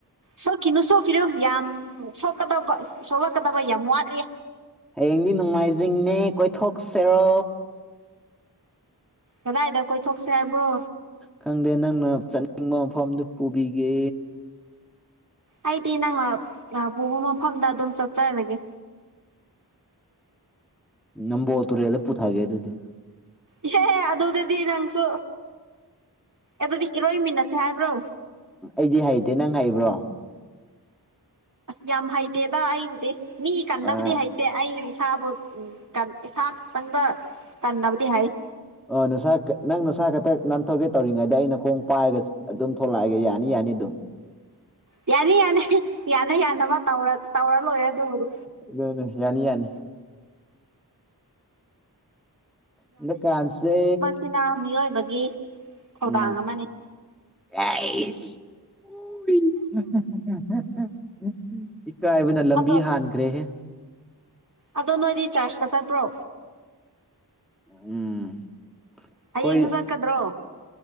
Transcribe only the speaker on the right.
ꯁꯣꯛꯈꯤꯅꯨ ꯁꯣꯛꯈꯤꯅꯨ ꯌꯥꯝ ꯁꯣꯛꯀꯗꯕ ꯁꯣꯛꯂꯛꯀꯗꯕ ꯌꯥꯝ ꯋꯥꯠꯂꯤ꯫
ꯀꯗꯥꯏꯗ ꯀꯣꯏꯊꯣꯛꯁꯦ ꯍꯥꯏꯕ꯭ꯔꯣ?
ꯑꯩꯗꯤ ꯅꯪꯅ ꯄꯨꯕ ꯃꯐꯝꯗ ꯑꯗꯨꯝ ꯆꯠꯆꯔꯒꯦ꯫
ꯏꯍꯦꯍꯦ ꯑꯗꯨꯗꯗꯤ ꯅꯪꯁꯨ, ꯑꯗꯨꯗꯤ ꯏꯔꯣꯏꯃꯤꯟꯅꯁꯦ ꯍꯥꯏꯕ꯭ꯔꯣ?
ꯌꯥꯝ ꯍꯩꯇꯦꯗ ꯑꯩꯕꯨꯗꯤ ꯃꯤ ꯀꯟꯅꯕꯗꯤ
ꯍꯩꯇꯦ ꯑꯩ ꯏꯁꯥꯕꯨ ꯀꯟ ꯏꯁꯥ ꯈꯇꯪꯒ ꯀꯟꯅꯕꯗꯤ ꯍꯩ꯫
ꯌꯥꯅꯤ ꯌꯥꯅꯤ ꯌꯥꯅ ꯌꯥꯅꯕ ꯇꯧꯔ ꯇꯧꯔ ꯂꯣꯏꯔꯦ ꯑꯗꯨꯕꯨ꯫
ꯗꯨꯅ ꯃꯤꯑꯣꯏꯕꯒꯤ, ꯊꯧꯗꯥꯡ
ꯑꯃꯅꯤ
ꯑꯗꯣ
ꯑꯗꯣ ꯅꯣꯏꯗꯤ ꯆꯥꯔꯁꯀ ꯆꯠꯄ꯭ꯔꯣ?
ꯍꯌꯦꯡꯁꯨ
ꯆꯠꯀꯗ꯭ꯔꯣ?